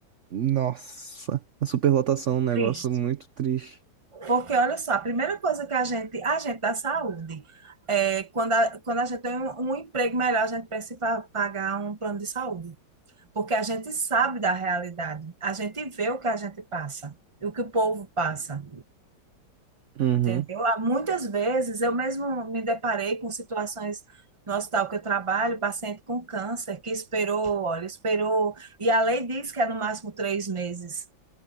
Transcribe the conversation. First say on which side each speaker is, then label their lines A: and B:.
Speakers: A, on the right; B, on the right.
A: nossa, a superlotação é um negócio
B: Triste.
A: muito triste.
B: Porque, olha só, a primeira coisa que a gente, a gente da saúde, é, quando, a, quando a gente tem um, um emprego melhor, a gente precisa pa- pagar um plano de saúde. Porque a gente sabe da realidade, a gente vê o que a gente passa, e o que o povo passa,
A: Uhum,
B: entendeu? Há Muitas vezes eu mesmo me deparei com situações no hospital que eu trabalho, paciente com câncer, que esperou, olha, esperou, e a lei diz que é no máximo três meses